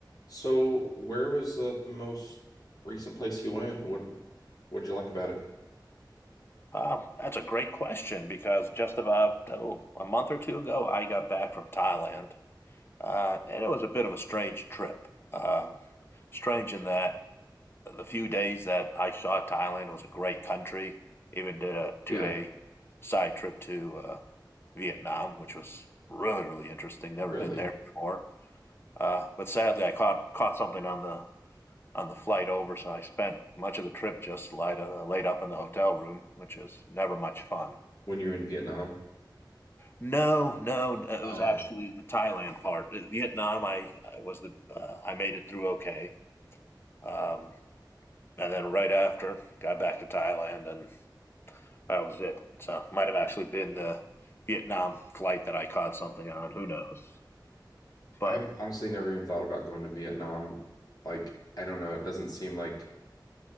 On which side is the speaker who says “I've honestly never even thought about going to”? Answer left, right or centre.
Left